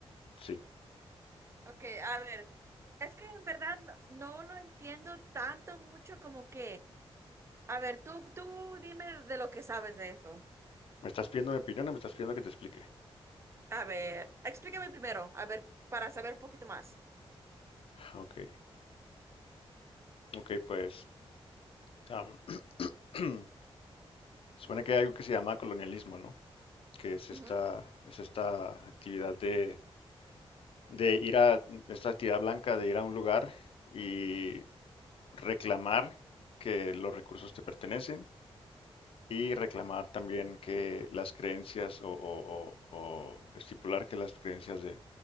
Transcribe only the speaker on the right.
Ok, a ver, es que en verdad no, no lo entiendo tanto mucho como que, a ver, tú, tú dime de lo que sabes de eso.
A ver, explícame primero, a ver, para saber un poquito más.
Ujú.